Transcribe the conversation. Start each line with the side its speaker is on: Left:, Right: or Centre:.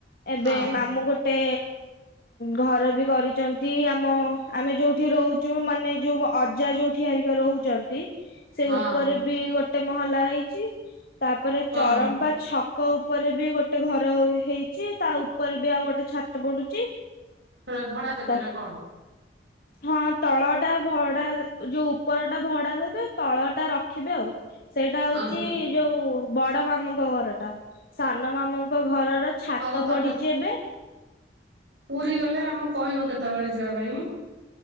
Left: ଏବେ
Right: ଓହୋ ହଁ।
Left: ମାମୁଁ ଗୋଟେ ଘର ବି କରିଛନ୍ତି ଆମ ଆମେ ଯୋଉଠି ରହୁଛୁ ମାନେ ଯୋଉ ଅଜା ଯୋଉଠି ଆରିକା ରହୁଛୁ। ଚନ୍ତି। ସେ
Right: ହଁ
Left: ଉପରେ ବି ଗୋଟେ ଗୋଟେ ମହଲା ହେଇଚି ତାପରେ
Right: ଓହୋ
Left: ଚରମ୍ପା ଛକ ଉପରେ ବି ଗୋଟେ ତା ଗୋଟେ ଘର ହେଇଛି ତା ଉପରେ ବି ଆଉ ଗୋଟେ ଛାତ ପଡୁଛି।
Right: ସେରା ଭଡା ଦେବେ
Left: ତା
Right: ନା କଣ?
Left: ହଁ ତଳ ଟା ଭଡା ଯୋଉ ଉପର ଟା ଭଡା ଦେବେ ତଳ ଟା ରଖିବେ ଆଉ ୲ ସେଇଟା ହଉଛି
Right: ଓହୋ
Left: ଯୋଉ ବଡ ମାମୁଙ୍କ ଘର ଟା ସାନ ମାମୁଙ୍କ ଘରର ଛାତ
Right: ହଉ ତମେ
Left: ପଡିଛି ଏବେ।
Right: ପୁରୀ ଗଲେ ଆମକୁ କହିବ କେତେବେଳେ ଯିବା ପାଇଁ